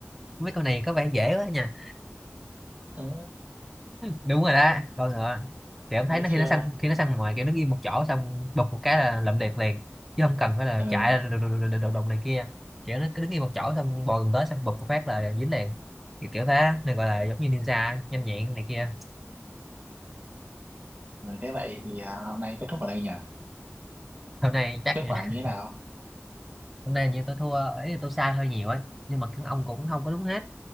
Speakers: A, in the centre; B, on the right.
A: mấy con này có vẻ dễ quá nha
B: ừ
A: đúng rồi đó con ngựa thì ông thấy
B: thế
A: nó
B: chưa
A: khi nó săn khi nó săn ngoài kiểu nó ghi một chỗ xong đục một cái là lậm liệt liền chứ không cần phải là
B: ừ.
A: chạy đùng đùng này kia kiểu nó cứ đứng ghi một chỗ xong bò gần tới xong bụp một phát là dính liền kiểu, kiểu thế nên gọi là giống như ninja nhanh nhẹn này kia
B: ừ thế vậy thì à, hôm nay kết thúc ở đây nhỉ
A: hôm nay chắc
B: kết
A: <laughs>
B: quả như thế nào
A: hôm nay như tôi thua ấy là tôi sai hơi nhiều ấy nhưng mà các ông cũng không có đúng hết